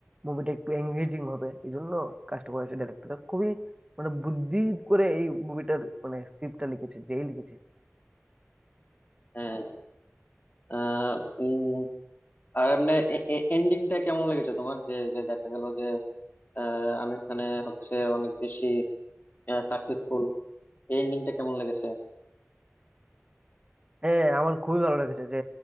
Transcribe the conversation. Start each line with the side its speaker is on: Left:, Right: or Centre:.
Right: মুভিটা একটু এঙ্গেজিং হবে এই জন্য কাজটা করেছে ডাইরেক্টরটা খুবই মানে বুদ্ধি করে এই মুভিটার মানে স্ক্রিপ্টটা লিখেছে যেই লিখেছে
Left: হ্যাঁ আহ, উম, আর এমনি এন্ডিংটা কেমন লেগেছে তোমার যে যে দেখা গেল যে আহ, আমির খানে হচ্ছে অনেক বেশি সাকসেসফুল এই এন্ডিংটা কেমন লেগেছে
Right: হ্যাঁ হ্যাঁ, আমার খুবই ভালো লেগেছে যে